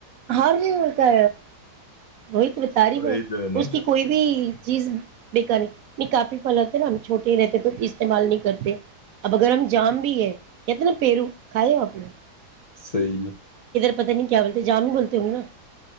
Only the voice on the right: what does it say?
ہار نہیں مڑکا وہی تو بتا
رہی
میں
اس
کی کوئی بھی چیز بیک نہیں نہیں کافی پل آتے نا ہم چھٹے ہی رہتے تو استعمال نہیں کرتے اب اگر ہم جام بھی ہے کہتے نا پیرو کھائے ہو اپنے
پتا نہیں کیا بولتے جام بھی بولتے ہو گے نا